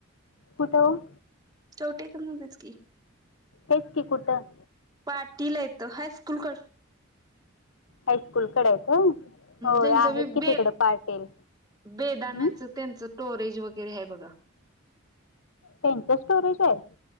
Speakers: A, on the left; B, on the right.
A: कुठं
B: छोटे कमवतेच की.
A: तेच की कुठं
B: पाटीला येत हायस्कूलकडं.
A: हायस्कूलकडे आहे हो
B: त्यांचं
A: आहेत
B: बी
A: कि
B: बे
A: तिकड पाटीलील
B: बेदाण्याचं
A: ह.
B: त्यांचं टोरेज वगैरे आहे बघा.
A: त्यांच स्टोरेज आहे.